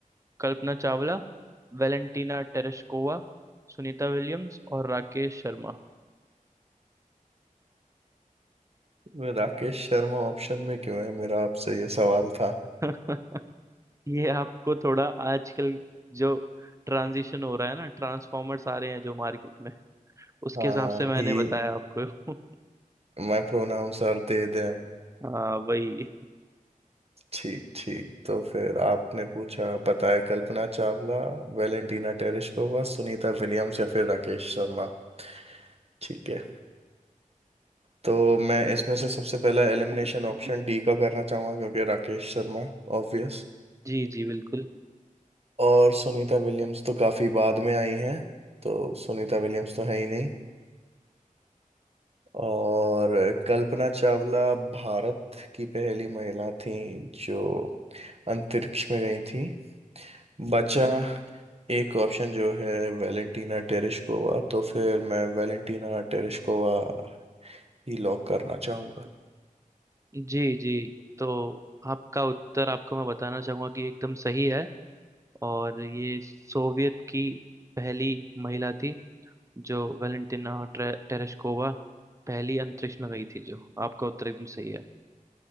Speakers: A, on the right; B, on the right.
A: कल्पना चावला वेलेंटीना टेरेस्कोवा सुनीता विलियम्स और राकेश शर्मा
B: मैं राकेश शर्मा ऑप्शन में क्यों है मेरा आपसे ये सवाल था
A: <laughs> ये आपको थोड़ा आजकल जो ट्रांजिशन हो रहा है ना ट्रांसफॉर्मर्स आ रहे हैं जो मार्केट में उसके
B: हाँ
A: हिसाब से मैंने
B: ही
A: बताया आपको <laughs>
B: My pronounce are they them
A: हाँ वही
B: ठीक ठीक तो फिर आपने पूछा बताए कल्पना चावला वेलेंटीना टेरेस्कोवा सुनीता विलियम्स या फिर राकेश शर्मा ठीक है तो मैं इसमें से सबसे पहला एलिमिनेशन ऑप्शन डी का करना चाहूंगा क्योंकि राकेश शर्मा ऑब्वियस
A: जी जी बिल्कुल
B: और सुनीता विलियम्स तो काफी बाद में आई हैं तो सुनीता विलियम्स तो है ही नहीं और कल्पना चावला भारत की पहली महिला थी जो अंतरिक्ष में गई थी बचा एक ऑप्शन जो है वेलेंटीना टेरेशकोवा तो फिर मैं वेलेंटीना टेरेशकोवा ही लॉक करना चाहूंगा
A: जी जी तो आपका उत्तर आपको मैं बताना चाहूंगा कि एकदम सही है और ये सोवियत की पहली महिला थी जो वेलेंटिना टे, टेरेस्कोवा पहली अंतरिक्ष में गई थी जो आपका उत्तर एकदम सही है